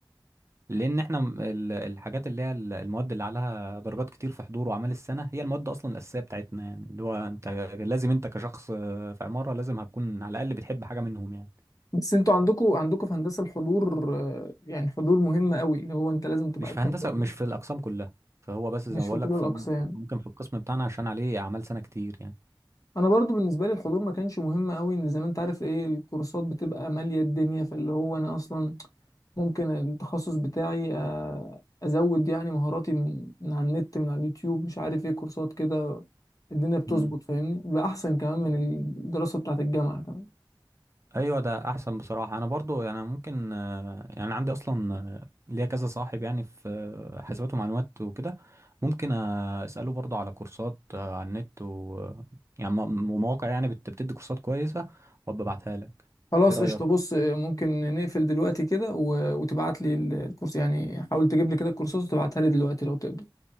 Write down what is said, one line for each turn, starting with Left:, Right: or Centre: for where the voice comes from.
Right: لان احنا م- ال- الحاجات اللي هي ال- المواد اللي عليها درجات كتير في حضور وأعمال السنة هي المواد اصلا الأساسية بتاعتنا يعني اللي هو انت لازم انت كشخص آه، في عمارة لازم هتكون على الأقل بتحب حاجة منهم يعني
Left: بس انتوا عندكوا عندكوا في هندسة الحضور آه، يعني حضور مهم قوي اللي هو انت لازم تبقى
Right: مش في هندسة
Left: تحضر
Right: مش في الأقسام كلها فهو بس زي
Left: مش
Right: ما
Left: في
Right: بقول
Left: كل
Right: لك
Left: الاقسام
Right: في ممكن في القسم بتاعنا عشان عليه أعمال سنة كتير يعني
Left: انا برضو بالنسبه لي الحضور ما كانش مهم قوي ان زي ما انت عارف ايه الكورسات بتبقى ماليه الدنيا فاللي هو انا اصلا ممكن التخصص بتاعي آه، ازود يعني مهاراتي من من على النت من على اليوتيوب مش عارف ايه كورسات كده الدنيا بتظبط
Right: مم.
Left: فاهمني بقى احسن كمان من الدراسه بتاعت الجامعه كمان
Right: ايوه ده احسن بصراحه انا برضو يعني ممكن آه، يعني عندي اصلا آه، ليا كذا صاحب يعني في آه، حاسبات ومعلومات وكده ممكن آه، اساله برضو على كورسات آه، على النت و يعني م- ومواقع يعني بت- بتدي كورسات كويسه وابقى ابعتها لك
Left: خلاص
Right: ايه رايك
Left: قشطه بص آه، ممكن نقفل دلوقتي كده و- وتبعت لي الكورس يعني حاول تجيب لي كده الكورسات وتبعتها لي دلوقتي لو تقدر